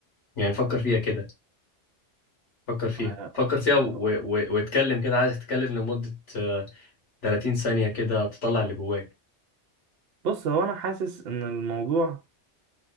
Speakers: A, on the left; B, on the right.
A: يعني فكر فيها كده فكر فيها
B: آه،
A: فكر فيها و...
B: آه،
A: و... واتكلم كده عايزك تتكلم لمدة آه، 30 ثانية كده تطلع اللي جواك
B: بص هو انا حاسس ان الموضوع